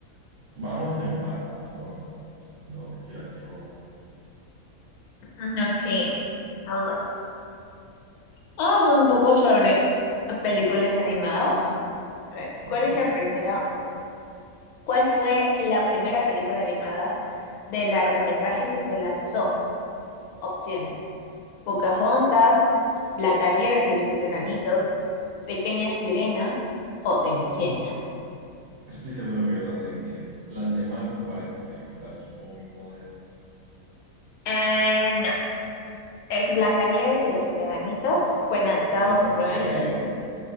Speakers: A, on the right; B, on the left.
A: Vamos empatados, vamos empatados. No me quieras robar.
B: Mm, Ok, a ver. Vamos un poco sobre películas animadas. A ver,
A: Ok,
B: ¿cuál es la primera? ¿Cuál fue la primera película animada de largometraje que se lanzó? Opciones: Pocahontas, Blancanieves y los Siete Enanitos, Pequeña Sirena o Cenicienta.
A: estoy seguro que es la Cenicienta. Las demás me parecen películas muy modernas.
B: Eh, no, es Blancanieves y los Siete Enanitos. Fue lanzado
A: ¿En serio?
B: por primera vez